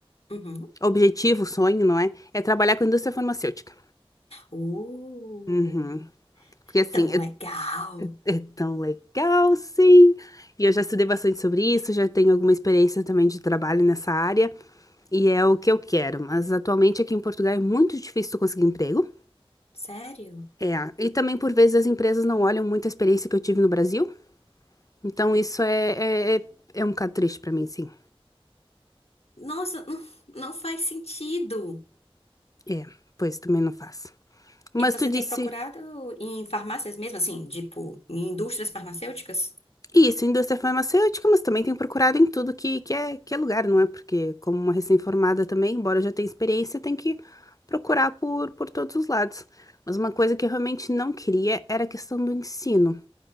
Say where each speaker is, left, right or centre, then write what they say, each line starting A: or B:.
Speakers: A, on the left (about 85°); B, on the left (about 35°).
A: Uhum.
B: objetivo, sonho, não é? É trabalhar com a indústria farmacêutica.
A: Uh,
B: Uhum. Porque assim,
A: tão
B: é,
A: legal.
B: é tão legal, sim. E eu já estudei bastante sobre isso, já tenho alguma experiência também de trabalho nessa área. E é o que eu quero. Mas atualmente aqui em Portugal é muito difícil tu conseguir emprego.
A: Sério?
B: É, e também por vezes as empresas não olham muito a experiência que eu tive no Brasil, então isso é, é, é, é um bocado triste pra mim, sim.
A: Nossa, não não faz sentido.
B: É, pois também não faço. Mas
A: E você
B: tu disse
A: tem procurado em farmácias mesmo, assim, tipo, em indústrias farmacêuticas?
B: isso, indústria farmacêutica, mas também tenho procurado em tudo que, que é, que é lugar, não é? Porque como uma recém-formada também, embora eu já tenha experiência, tem que procurar por, por todos os lados. Mas uma coisa que eu realmente não queria era a questão do ensino.